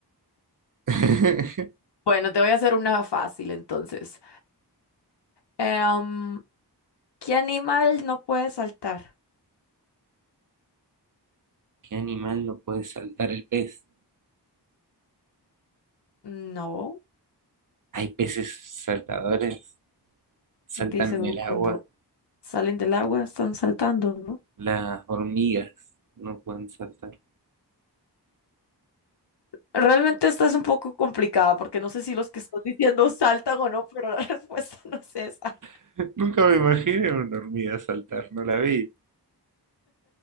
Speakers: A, on the right (about 50°); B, on the left (about 75°).
A: <laughs>
B: Bueno, te voy a hacer una fácil entonces. Em, ¿qué animal no puede saltar?
A: ¿Qué animal no puede saltar el pez?
B: No,
A: ¿Hay peces saltadores? saltan
B: dice
A: en
B: Gru
A: el
B: cuando
A: agua.
B: salen del agua están saltando, ¿no?
A: Las hormigas no pueden saltar.
B: Realmente esta es un poco complicada porque no sé si los que están diciendo saltan o no, pero la <laughs> respuesta no es esa.
A: <laughs> Nunca me imaginé una hormiga saltar, no la vi.